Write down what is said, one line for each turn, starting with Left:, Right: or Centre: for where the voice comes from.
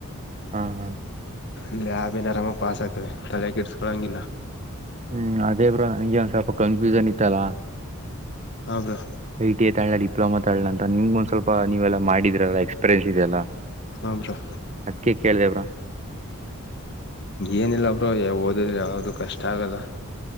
Right: ಹಾ ಹಾ
Left: ಅಲ್ಲಿ ಯಾಬೇನ್ ಆರಾಮ ಪಾಸ್ ಆಗ್ತವೆ ತಲೆಕ ಇಡ್ಸ್ಕೊಳಂಗಿಲ್ಲ
Right: ಹ್ಮ್ ಅದೇ ಬ್ರೋ ನಂಗೆ ಒಂಗ್ ಸ್ವಲ್ಪ ಕನ್ಫ್ಯೂಸನ್ ಇತ್ತಲ್ಲಾ
Left: ಹಾಬ್ರಾ
Right: ಐಟ ಎ ತಳ್ಳ ಡಿಪ್ಲೊಮಾ ತಳ್ಳ ಅಂತ ನಿಮ್ಗ ಒಂದ ಸ್ವಲ್ಪ ನೀವೆಲ್ಲ ಮಾಡಿದ್ರಲ್ಲ ಎಕ್ಸ್ಪೀರಿಯನ್ಸ್ ಲ್ಲ
Left: ಹಾ ಬ್ರೋ
Right: ಅದಕ್ಕೆ ಕೇಳ್ದಬ್ರೊ
Left: ಏನಿಲ್ಲಬ್ರೋ ಓದಿದ್ರ ಯಾವ್ದು ಕಷ್ಟ ಆಗಲ್ಲ